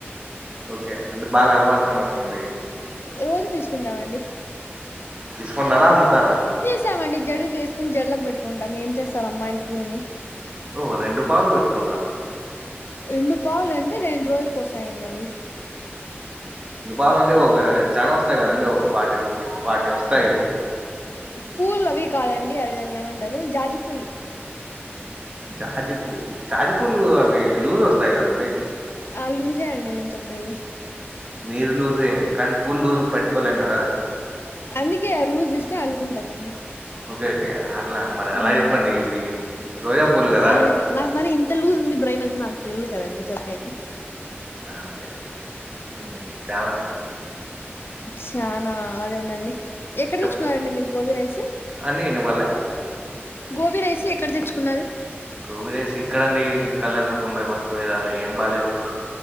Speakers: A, on the right; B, on the left.
A: ఓకే అంటే బాగా అలవాటు వున్నట్లుంది
B: రోజు తీసుకుంటామండి
A: తీసుకుంటార అమ్ముతారా
B: ఇచ్చామండి జడలకి వేసుకుని జడలకు పెట్టుకుంటాం ఏ చేస్తరు అమ్మాయిలు పూల్ని
A: ఓ రెండు పావులు పెట్టుకుంటార
B: రెండు పావులు అండి రెండు రోజులు కోస్తాయండి అవి
A: ఇంగ పావంటే ఒక చానా వస్తాయి కదండి ఒక ఫార్టీ ఫిఫ్టీ ఫార్టీ వస్తాయి
B: పూల్ అవి కాదండి అవి దాన్లీనీ ఏమంటారు జాజి పూలు
A: జాజి పూలు జాజి పూలు అవి లూజ్ వస్తాయి కదండి
B: ఆ లూజె అండి నేను చెప్పేది
A: మీరు లూజే కానీ పూ లూజ్ పట్టుకోలేం కదా
B: అందుకే లూజ్ తీసుకొని అల్లుకుంటామండి
A: ఓకే ఓకే అట్లా మరి అలా
B: ఉమ్
A: చెప్పండి ఇవి రోజా పూలు కదా
B: అ నాకు మరి ఇంత లూస్ ఉంది బ్రైన్ అని నాకూ తెలీదు కదండి చెప్పేకి
A: ఓకేే మీరు చాలా
B: చనా అదే అవునండి ఎక్కడ
A: చెప్
B: తీచ్చుకున్నారండి మీరు గోబీ రైస్
A: అండి వినపడలే
B: గోబీ రైస్ ఎక్కడ తెచ్చుకున్నారు
A: గోబీ రైస్ ఇక్కడండి కళ్యాణదుర్గం పోయే బస్ పోయే దారీలో ఏం బాలేదు